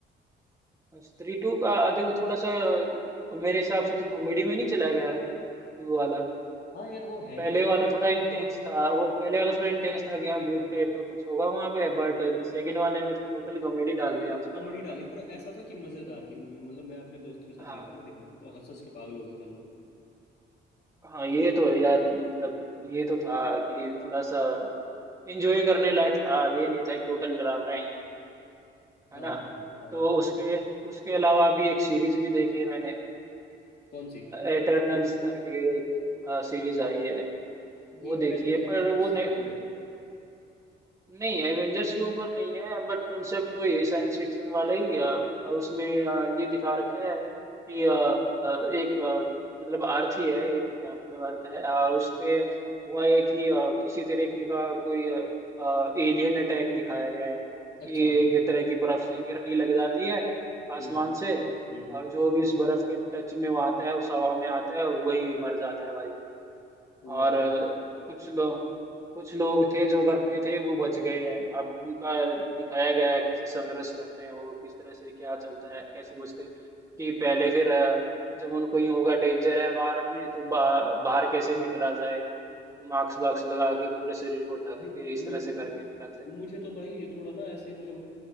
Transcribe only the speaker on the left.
हाँ यार वो है
ही मतलब
कॉमेडी
डाली है, पर ऐसा था कि मजेदार थी मूवी मतलब मैं अपने दोस्त के साथ
गया था ना देखने तो हंस हंस के पागल हो गए थे हम लोग
हाँ
भाई हाँ
कौन सी
ये एवेंजर
एवेंजर्स
के ऊपर है
अच्छा
हम्म
हम्म
वाह
भाई
मेरे
को
मुझे तो भाई थोड़ा ना ऐसे मतलब